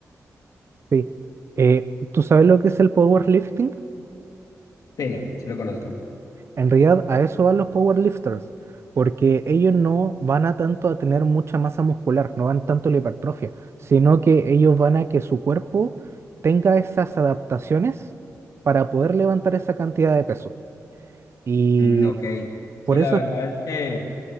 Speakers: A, on the right (about 45°); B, on the left (about 85°).
A: Sí. Eh, ¿tú sabes lo que es el powerlifting?
B: Sí, sí lo conozco.
A: En realidad, a eso van los powerlifters, porque ellos no van a tanto a tener mucha masa muscular, no van tanto a la hipertrofia, sino que ellos van a que su cuerpo tenga esas adaptaciones para poder levantar esa cantidad de peso. Y
B: Mm, ok. Sí,
A: por
B: la
A: eso
B: verdad
A: es
B: es que